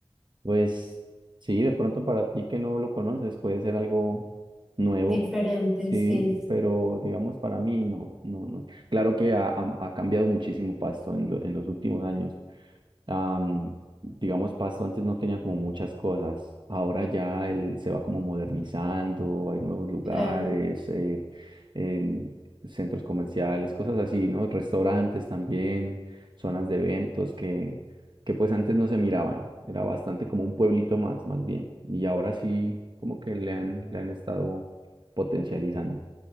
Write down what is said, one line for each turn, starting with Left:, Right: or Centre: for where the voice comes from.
Right: Pues sí, de pronto para ti que no lo conoces puede ser algo nuevo,
Centre: diferente,
Right: sí,
Centre: sí,
Right: pero digamos para mí no, no, no. Claro que ha, ha- ha cambiado muchísimo Pasto en, lo- en los últimos años. Am, digamos, Pasto antes no tenía como muchas cosas. Ahora ya él se va como modernizando, hay nuevos lugares,
Centre: claro.
Right: eh, em, centros comerciales, cosas así, ¿no? Restaurantes también, zonas de eventos que, que pues antes no se miraban. Era bastante como un pueblito más, más bien. Y ahora sí, como que le han, le han estado potencializando.